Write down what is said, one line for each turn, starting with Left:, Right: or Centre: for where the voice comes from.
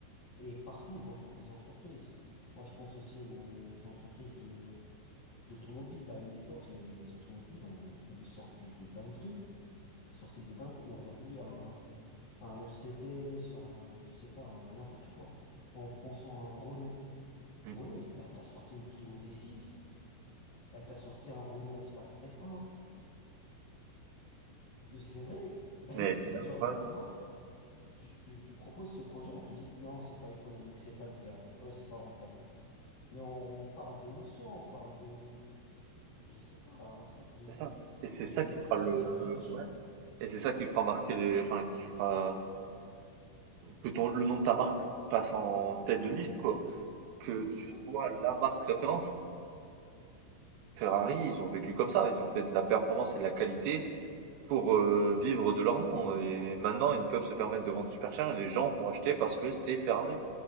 Left: et partout dans toutes les entreprises. Moi, je pense aussi aux entreprises de d'automobiles. À une époque, les, les automobiles, on, ils nous sortaient des dingueries. Ils sortaient des dingueries. Aujourd'hui, un, un Mercedes, un, je sais pas, un n'importe quoi. En pensant à un Renault.
Right: Mm.
Left: Renault, il- elle t'a sorti une Clio V6. Elle t'a sorti un Renault Espace F1. Mais C'est vrai.
Right: Mais c'est
Left: Genre
Right: pas-
Left: maintenant, tu, tu, tu proposes ce projet, on te dit non, c'est pas économique, c'est pas viable, euh, c'est pas rentable. Mais on parle d'émotion, on parle de, je sais pas, un truc de
Right: c'est ça. Et c'est
Left: qui
Right: ça
Left: fait
Right: qui
Left: qui
Right: fera
Left: fait
Right: le,
Left: vibrer les gens.
Right: ouais. Et c'est ça qui fera marquer les, enfin, qui fera que ton, le nom de ta marque passe en tête de liste, quoi. que
Left: C'est
Right: tu
Left: ça, ouais.
Right: sois la marque référence. Ferrari, ils ont vécu comme ça, ils ont fait de la performance et de la qualité pour euh, vivre de leur nom. Et maintenant, ils peuvent se permettre de vendre super cher et les gens vont acheter parce que c'est Ferrari,